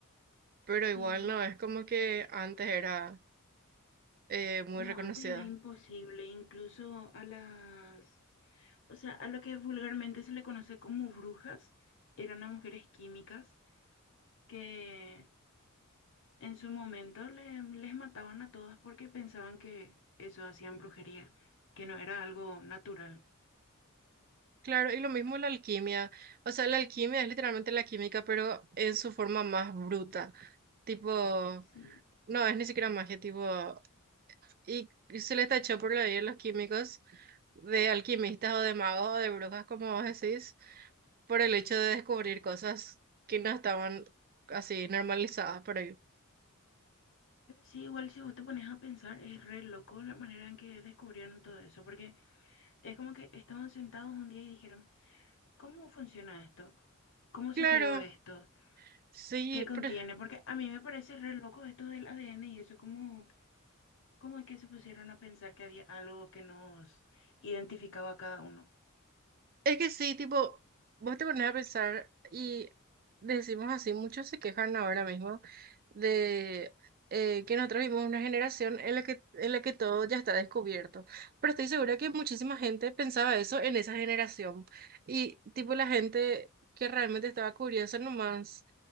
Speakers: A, on the right; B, on the left.
A: Pero igual
B: Sí,
A: no, es como que antes era eh, muy
B: no,
A: reconocida.
B: antes era imposible, incluso a las, o sea, a lo que vulgarmente se le conoce como brujas, eran a mujeres químicas que En su momento le- les mataban a todas porque pensaban que eso hacían brujería, que no era algo natural.
A: Claro, y lo mismo la alquimia. O sea, la alquimia es literalmente la química, pero en su forma más bruta. Tipo,
B: Sí,
A: no, es ni siquiera magia, tipo, y y se le tachó por la vida a los químicos de alquimistas o de magos o de brujas, como vos decís, por el hecho de descubrir cosas que no estaban así normalizadas por ahí.
B: pero sí, igual si vos te pones a pensar, es re loco la manera en que descubrieron todo eso, porque es como que estaban sentados un día y dijeron, ¿cómo funciona esto? ¿Cómo se
A: Claro,
B: creó esto?
A: sí,
B: ¿Qué contiene?
A: pero
B: Porque a mí me parece re loco esto del ADN y eso, ¿cómo, cómo es que se pusieron a pensar que había algo que nos identificaba a cada uno?
A: Es que sí, tipo, vos te pones a pensar y decimos así, muchos se quejan ahora mismo de eh, que nosotros vivimos una generación en la que, en la que todo ya está descubierto. Pero estoy segura que muchísima gente pensaba eso en esa generación. Y tipo la gente que realmente estaba curiosa nomás